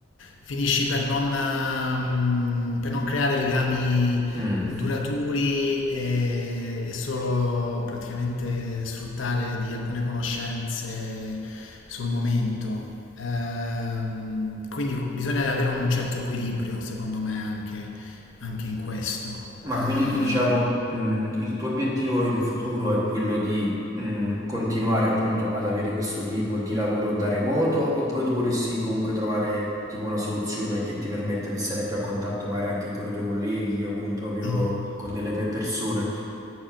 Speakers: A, on the left (about 70°); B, on the right (about 15°).
A: finisci per non, eh, mm, per non creare legami
B: Mm.
A: duraturi e, e solo praticamente sfruttare di alcune conoscenze sul momento. Ehm, quindi co- bisogna avere un certo equilibrio, secondo me, anche, anche in questo.
B: Ma
A: Ehm,
B: quindi tu diciamo mm, il tuo obiettivo in un futuro è quello di mm, continuare appunto ad avere questo tipo di lavoro da remoto oppure tu volessi comunque trovare tipo una soluzione che ti permetta di stare più a contatto magari anche con i tuoi colleghi o con proprio
A: <clears throat>
B: con delle pe- persone?